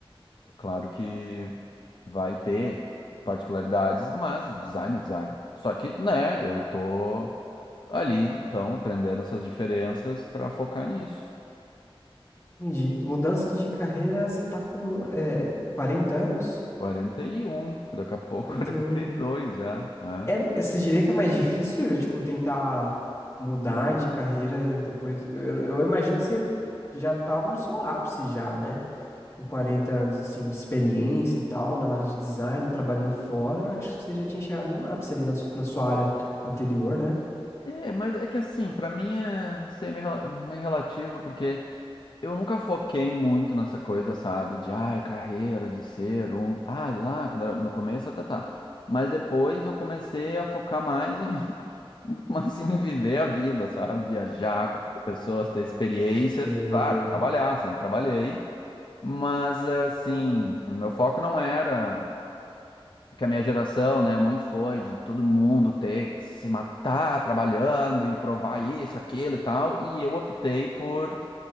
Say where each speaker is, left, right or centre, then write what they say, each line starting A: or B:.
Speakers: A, on the left (about 50°); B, on the left (about 30°).
A: claro que vai ter particularidades, mas design é design. Só que, né, eu tô ali, então, aprendendo essas diferenças para focar nisso.
B: Entendi. Mudança de carreira, você tá com é, 40 anos?
A: 41, daqui a pouco
B: quarenta
A: <laughs> quarenta
B: e um.
A: e dois já, né?
B: É, você diria que é mais difícil, tipo, tentar mudar de carreira depois? Eu, eu imagino que você já tava no seu ápice já, né? Com 40 anos, assim, de experiência e tal, na área de design, trabalhando fora, eu acho que você já tinha chegado no ápice ali na su- na sua área anterior, né?
A: É, mas é que assim, pra mim é, não sei, meio, rela- meio relativo, porque eu nunca foquei muito nessa coisa, sabe? De, ai, carreira, de ser um... Ai, lá, quando era no começo, tá, tá. tá". Mas depois eu comecei a focar mais em, <laughs> muito mais assim, em viver a vida, sabe? Viajar, conhecer pessoas, ter experiências.
B: É,
A: Claro, trabalhar, sempre trabalhei. Mas, assim, o meu foco não era que a minha geração, né, muito foi de todo mundo ter que se matar trabalhando e provar isso, aquilo e tal, e eu optei por